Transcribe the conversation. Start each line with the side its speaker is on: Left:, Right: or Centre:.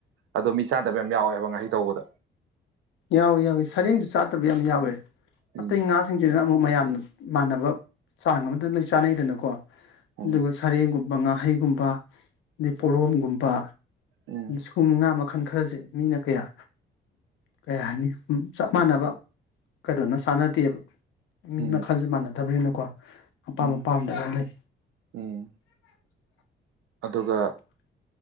Right: ꯑꯗꯣ ꯃꯤ ꯆꯥꯗꯕ ꯌꯥꯝ ꯌꯥꯎꯋꯦ ꯍꯥꯏꯕ ꯉꯥꯍꯩ ꯇꯧꯕꯗ
Left: ꯌꯥꯎꯋꯤ ꯌꯥꯎꯋꯤ ꯁꯔꯦꯡꯁꯨ ꯆꯥꯗꯕ ꯌꯥꯝ ꯌꯥꯎꯋꯦ
Right: ꯎꯝ
Left: ꯑꯇꯩ ꯉꯥꯁꯤꯡꯁꯤꯅ ꯑꯃꯨꯛ ꯃꯌꯥꯝ ꯌꯥꯝꯅ ꯃꯥꯟꯅꯕ ꯆꯥꯡ ꯑꯃꯗ ꯂꯣꯏ ꯆꯥꯅꯩꯗꯅꯀꯣ
Right: ꯎꯝ
Left: ꯑꯗꯨꯒ ꯁꯔꯡꯒꯨꯝ ꯃꯉꯥꯍꯩꯒꯨꯝꯕ ꯑꯗꯩ ꯄꯣꯔꯣꯝꯒꯨꯝꯕ
Right: ꯎꯝ
Left: ꯁꯨ ꯃꯉꯥ ꯃꯈꯜ ꯈꯔꯁꯦ ꯃꯤꯅ ꯀꯌꯥ ꯀꯩ ꯍꯥꯏꯅꯤ ꯆꯞ ꯃꯥꯟꯅꯕ ꯀꯩꯅꯣꯅ ꯆꯥꯟꯅꯗꯦꯕ ꯃꯤ
Right: ꯎꯝ
Left: ꯃꯈꯜꯁꯦ ꯃꯥꯟꯅꯗꯕꯅꯤꯅ ꯑꯄꯥꯝꯕ
Right: ꯎꯝ
Left: ꯄꯥꯝꯗꯕ ꯂꯩ
Right: ꯎꯝ ꯑꯗꯨꯒ